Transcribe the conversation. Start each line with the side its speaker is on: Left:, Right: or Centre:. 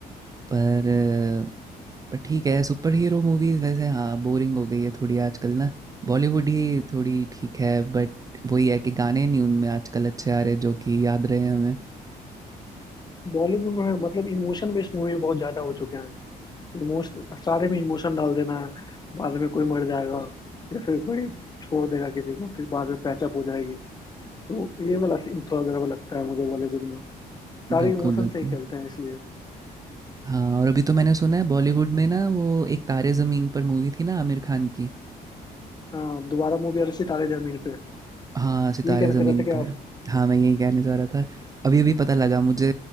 Right: पर अ, पर ठीक है सुपर हीरो मूवीज वैसे हाँ बोरिंग हो गई है थोड़ी आजकल ना बॉलीवुड ही थोड़ी ठीक है बट वही है कि गाने नहीं उनमें आजकल अच्छे आ रहे जो कि याद रहे हमें
Left: बॉलीवुड में मतलब इमोशन बेस्ड मूवी बहुत ज्यादा हो चुके हैं इमोशन सारे में इमोशन डाल देना है बाद में कोई मर जाएगा या फिर कोई छोड़ देगा किसी को फिर बाद में पैचअप हो जाएगी तो ये वाला सीन थोड़ा गड़बड़ लगता है मुझे बॉलीवुड में सारे
Right: बिल्कुल
Left: इमोशन
Right: बिल्कुल
Left: से ही खेलते हैं इसलिए
Right: हाँ और अभी तो मैंने सुना है बॉलीवुड में ना वो एक तारे ज़मीन पर मूवी थी ना आमिर खान की
Left: हाँ दोबारा मूवी आ रही थी तारे जमीन पे
Right: हाँ, सितारे
Left: यही कहना
Right: ज़मीन
Left: चाह रहा था कि
Right: पर।
Left: आप
Right: हाँ, मैं यही कहने जा रहा था। अभी-अभी पता लगा मुझे